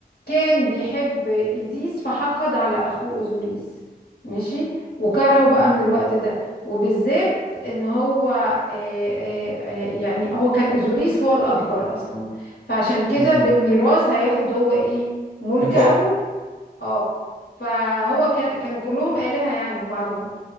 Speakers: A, on the left; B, on the right.
A: كان بيحب إيزيس فحقد على أخوه أوزوريس ماشي وكرهه بقى
B: مم.
A: من الوقت ده وبالذات ان هو آه، آه، آه، يعني هو كان أوزوريس هو الأكبر أصلا فعشان كده
B: مم.
A: بالميراث هياخد هو إيه ملك
B: الحكم
A: أبوه اه فهو كان كانوا كلهم آلهة يعني في بعضهم